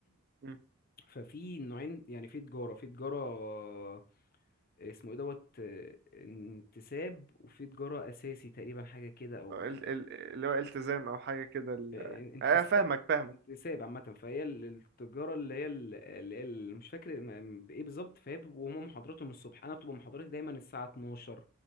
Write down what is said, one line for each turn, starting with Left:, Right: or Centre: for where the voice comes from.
Right: امم
Left: ففي نوعين يعني في تجاره في تجاره اسمه ايه دوت آه، انتساب وفي تجارة اساسي تقريبا حاجة كده او
Right: ال-
Left: ح-
Right: ال- اللي هو التزام او حاجة كده ال-
Left: انتساب
Right: اه آه، فاهمك فاهمك
Left: انتساب عامة فهي ال- التجارة اللي هي ال- اللي هي ال- مش فاكر م- بإيه بالظبط فهي بيبقوا هما محاضراتهم الصبح أنا بتبقى محاضراتي دايما الساعة 12